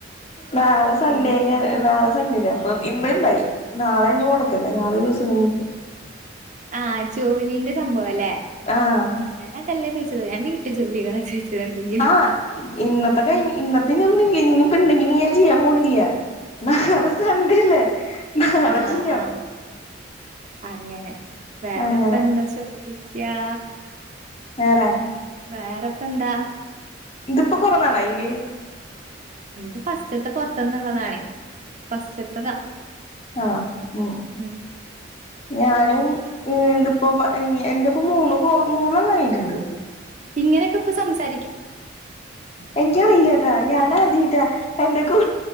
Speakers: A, on the left; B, on the right.
A: നാളെ സൺഡേ
B: പിന്നെ
A: അങ്ങനെ നാളെ സണ്ടേല്ല അപ്പൊ ഇന്ന് ഉണ്ടായി നാളെ അനി മുടക്കല്ലേ നാളെ ഒരു ദിവസം ഇങ്ങനെ ഇരിക്കും
B: ആഹ് ജോലിന്റെ സംഭവല്ലേ
A: ആഹ്
B: ഞാന അതല്ല ചോദിച്ചത് ഞാൻ വീട്ടു ജോലികളാ ചോദിച്ചത് എന്തെങ്കിലും
A: ആഹ് ഇന്നത്തെ കഴിഞ്ഞു ഇന്നത്തനി ഒന്നും ഇല്ല, ഇനി ഇപ്പോ ഉണ്ടെങ്കിലും ഞാൻ ചെയ്യാൻ പോണില്ല നാളെ സൺണ്ടേല്ലേ നാളെ
B: ആഹ്
A: ചെയ്യാം
B: ആഹ് അങ്ങനെ, വേറെപ്പന്താ
A: അങ്ങനെ
B: ചോദിക്ക്യാ
A: വേറെ
B: വേറെപ്പന്താ
A: തിപ്പ കുറേ നാളായീല്
B: ന്റെ ഫസ്റ്റ്ത്തെ പൊർത്തന്ന്ള്ളതാണേ ഫസ്റ്റ്ത്തെതാ
A: ആഹ് ഉം
B: ഉം
A: ഞാനും തിപ്പോ എന്റെ ഇപ്പ മൂന്ന് കോ മൂന്നെണം ആയിട്ടുണ്ട്! !!!!!!!!!
B: !!!!!!!!!!
A: എനിക്കറിയില്ലട്ടാ ഞാനാദ്യായിട്ടാ.. എന്റെ കൂ